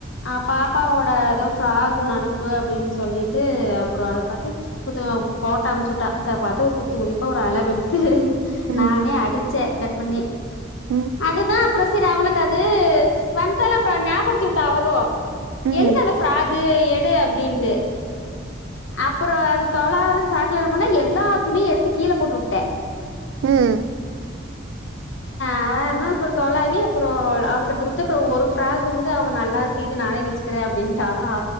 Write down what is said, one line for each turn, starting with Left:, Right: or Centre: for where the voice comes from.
Left: ஆ பாப்பாவோட ஏதோ ஃப்ராக் ஒன்னு அனுப்பு அப்டின் சொல்லிட்டு அப்புறோ அத பாத்து குத்து ஃபோட்டா அமுச்சுட்டா ச பாத்து குத்து மதி அப்ப ஒரு அளவெடுத்து
Right: ம்.
Left: நானே அடிச்சே கட் பண்ணி
Right: ம்.
Left: அதுதா அப்புறோ செரி அவளுக்கு அது வந்தாள அப்றோ ஞாபடுத்தி விட்டா அவளு
Right: ம். ம்.
Left: எங்க அந்த ஃபிராக் கு எடு அப்டின்ட்டு அப்புறோ அத தொலாவுர சாக்குல என்ன பண்ணே எல்லா துணியு எடுத்து கீழ போட்டு விட்டே
Right: ம்
Left: ஆன்னு அப்புறோ தொலாவி அப்புறோ அவ அவளுக்கு எடுத்து கொடுத்து அப்புறோ ஒரு ஃப்ராக் வந்து அவ நல்லாருக் கு இது நானே வச்சுக்கிறே அப்டின்டாளா